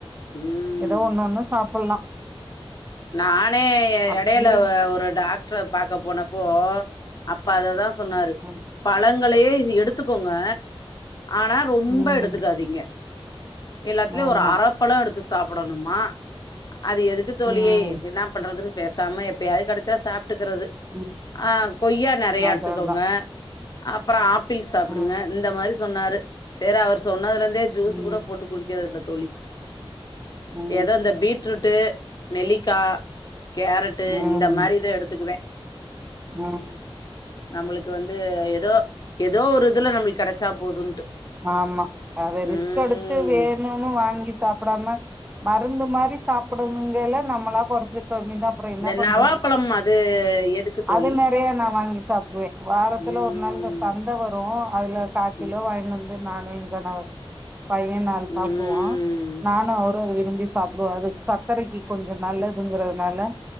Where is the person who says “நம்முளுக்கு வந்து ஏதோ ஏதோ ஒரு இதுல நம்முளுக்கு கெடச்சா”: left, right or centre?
Left